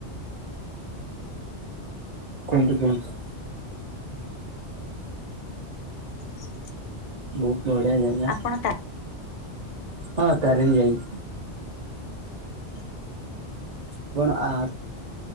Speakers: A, on the right; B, on the left.
A: କୁହନ୍ତୁ କୁହନ୍ତୁ।
B: <inaudible>
A: ବହୁତ ବଢିଆ ଜାଗା
B: ଆପଣ
A: ହଁ ତାରିଣୀ ଯାଇଛି।
B: ହୁଁ
A: ଆପଣ ଆ